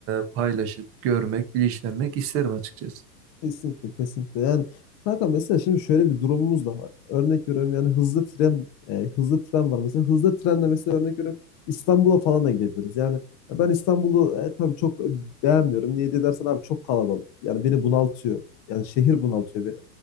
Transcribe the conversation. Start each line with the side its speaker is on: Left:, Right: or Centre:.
Right: e, paylaşıp görmek, bilinçlenmek isterim açıkçası.
Left: Kesinlikle kesinlikle. Yani kanka mesela şimdi şöyle bir durumumuz da var. Örnek veriyorum yani hızlı tren e, hızlı tren var mesela. Hızlı trenle mesela örnek veriyorum İstanbul'a falan da gidebiliriz. Yani ben İstanbul'u e, tabii çok beğenmiyorum. Niye diye dersen abi çok kalabalık. Yani beni bunaltıyor. Yani şehir bunaltıyor beni.